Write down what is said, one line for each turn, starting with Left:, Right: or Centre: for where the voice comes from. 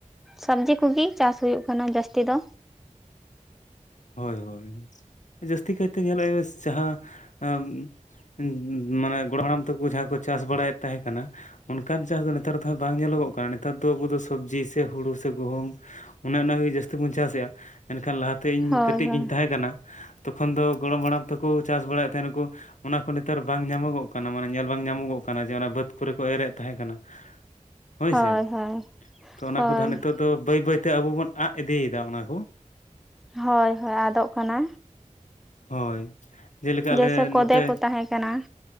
Centre: ᱥᱟᱹᱵᱽᱡᱤ ᱠᱩᱜᱤ ᱪᱟᱥ ᱦᱩᱭᱩᱜ ᱠᱟᱱᱟ ᱡᱟᱹᱥᱛᱤ ᱫᱚ᱾
Left: ᱦᱳᱭ ᱦᱳᱭ ᱡᱟᱹᱥᱛᱤ ᱠᱟᱭᱛᱮ ᱧᱮᱞᱚᱜᱼᱟ ᱳᱭ ᱡᱟᱦᱟᱸ ᱟᱢ ᱩᱸ ᱩᱢᱻ ᱢᱟᱱᱮ ᱜᱚᱲᱚᱢ ᱦᱟᱲᱟᱢ ᱛᱟᱹᱠᱩ ᱡᱟᱦᱟᱸ ᱠᱚ ᱪᱟᱥ ᱵᱟᱲᱟᱭ ᱛᱟᱦᱮᱸ ᱠᱟᱱᱟ᱾ ᱚᱱᱠᱟᱱ ᱪᱟᱥ ᱫᱚ ᱱᱮᱛᱟᱨ ᱫᱚ ᱦᱟᱸᱜ ᱵᱟᱝ ᱧᱮᱞᱚᱜᱚᱜ ᱠᱟᱱᱟ ᱱᱮᱛᱟᱨ ᱫᱚ ᱟᱹᱵᱩ ᱫᱚ ᱥᱚᱵᱽᱡᱤ ᱥᱮ ᱦᱩᱲᱩ ᱥᱮ ᱜᱳᱦᱳᱢ᱾ ᱚᱱᱮ ᱚᱱᱟ ᱜᱮ ᱡᱟᱹᱥᱛᱤ ᱵᱚᱱ ᱪᱟᱥᱮᱜᱼᱟ ᱮᱱᱠᱷᱟᱱ ᱞᱟᱦᱟ ᱛᱮ ᱤᱧ
Centre: ᱦᱳᱭ
Left: ᱠᱟᱹᱴᱤᱡ
Centre: ᱦᱳᱭ
Left: ᱜᱤᱧ ᱛᱟᱦᱮᱸ ᱠᱟᱱᱟ᱾ ᱛᱚᱠᱷᱚᱱ ᱫᱚ ᱜᱚᱲᱚᱢ ᱦᱟᱲᱟᱢ ᱛᱟᱹᱠᱩ ᱪᱟᱥ ᱵᱟᱲᱟᱭᱮᱜ ᱛᱟᱦᱮᱸ ᱱᱟᱠᱩ᱾ ᱚᱱᱟ ᱠᱚ ᱱᱮᱛᱟᱨ ᱵᱟᱝ ᱧᱟᱢᱚᱜᱚᱜ ᱠᱟᱱᱟ ᱢᱟᱱᱮ ᱧᱮᱞ ᱵᱟᱝ ᱧᱟᱢᱚᱜᱚᱜ ᱠᱟᱱᱟ ᱡᱮ ᱚᱱᱟ ᱵᱟᱹᱫᱛᱷ ᱠᱚᱨᱮ ᱠᱚ ᱮᱨᱮᱫ ᱛᱟᱦᱮᱸ ᱠᱟᱱᱟ᱾ ᱦᱳᱭᱥᱮ
Centre: ᱦᱚᱭ ᱦᱚᱭ
Left: ᱛᱚ ᱚᱱᱟ
Centre: ᱦᱚᱭ᱾
Left: ᱠᱚᱫᱚ ᱦᱟᱸᱜ ᱱᱤᱛᱚᱜ ᱫᱚ ᱵᱟᱹᱭ ᱵᱟᱹᱭ ᱛᱮ ᱟᱹᱵᱩ ᱵᱚᱱ ᱟᱸᱜ ᱤᱫᱤᱭ ᱫᱟ ᱚᱱᱟ ᱠᱚ᱾
Centre: ᱦᱚᱭ ᱦᱚᱭ ᱟᱫᱚᱜ ᱠᱟᱱᱟ᱾
Left: ᱦᱚᱭ ᱡᱮᱞᱮᱠᱟ
Centre: ᱡᱮᱭᱥᱮ
Left: ᱟᱞᱮ
Centre: ᱠᱚᱫᱮ
Left: ᱱᱚᱛᱮ
Centre: ᱠᱚ ᱛᱟᱦᱮᱸ ᱠᱟᱱᱟ